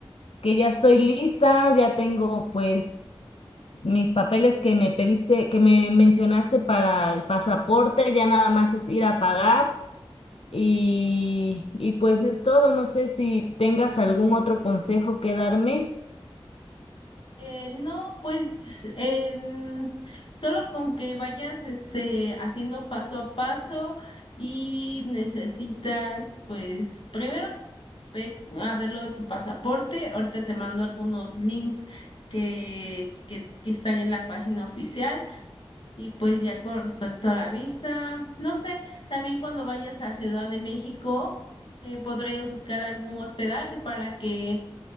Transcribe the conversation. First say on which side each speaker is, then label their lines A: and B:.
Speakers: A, on the left; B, on the left.
A: que ya estoy lista, ya tengo pues mis papeles que me pediste, que me mencionaste para el pasaporte, ya nada más es ir a pagar. Y, y pues es todo. No sé si tengas algún otro consejo que darme.
B: Eh, no, pues en- solo con que vayas este, haciendo paso a paso y necesitas, pues primero ve a ver lo de tu pasaporte. Ahorita te mando algunos links que, que, que están en la página oficial. Y pues ya con respecto a la visa, no sé, también cuando vayas a Ciudad de México, eh, podrías buscar algún hospedaje para que,